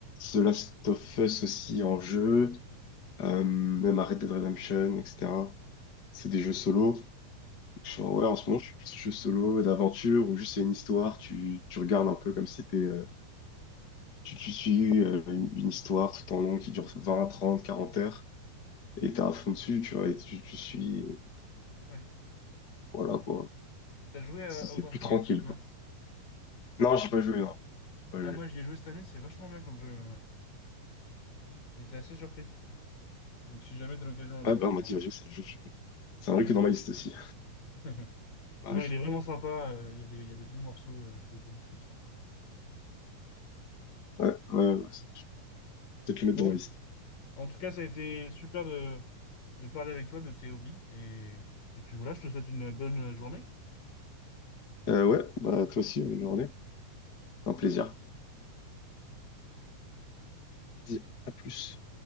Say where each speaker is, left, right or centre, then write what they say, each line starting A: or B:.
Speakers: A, on the left; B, on the left.
A: The Last of Us aussi en jeu, euh, même à Red Dead Redemption, etc. C'est des jeux solo. je
B: Ouais.
A: suis en- ouais, en ce moment, je suis plus jeu solo d'aventure où juste c'est une histoire, tu, tu regardes un peu comme si c'était, euh, tu, tu suis euh, une, une histoire tout en long qui dure 20 30 40 heures et t'es à fond dessus, tu vois, et tu, tu suis, et
B: Ouais.
A: voilà quoi.
B: T'as joué à
A: C'est c'est
B: Hogwarts
A: plus tranquille
B: Legacy ou pas?
A: quoi. Non, j'ai pas joué, non, j'ai pas
B: Ah,
A: joué.
B: moi, j'y ai joué cette année, c'est vachement bien comme jeu. euh. J'étais assez surpris. Donc, si jamais t'as l'occasion un
A: Ouais,
B: jour,
A: bah,
B: c'est.
A: on m'a
B: Moi,
A: dit, ouais, c'est un jeu, que j'ai- c'est un jeu qui
B: j'ai
A: est dans
B: beaucoup.
A: ma liste aussi.
B: <laughs>
A: Ouais,
B: Non,
A: je-
B: il est vraiment sympa. euh, Il y a des, il y a des bons morceaux euh, de jeu, c'est sympa.
A: ouais, ouais, ouais, ça, je vais peut-être le mettre
B: Bon,
A: dans ma liste.
B: En tout cas, ça a été super de, de parler avec toi de tes hobbies. Et, et puis voilà, je te souhaite une bonne journée.
A: Euh, ouais, bah toi aussi, bonne journée. Un plaisir. Vas-y, à plus.